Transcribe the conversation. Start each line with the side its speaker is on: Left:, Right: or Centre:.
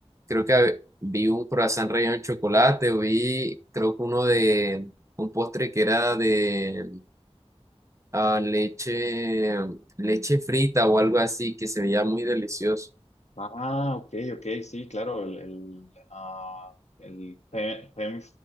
Right: creo que hab- vi un croissant relleno de chocolate, o vi, creo que uno de, un postre que era de ah, leche, leche frita o algo así, que se veía muy delicioso.
Left: Ah, ok, ok, sí, claro, el, el, ah, el fe- femme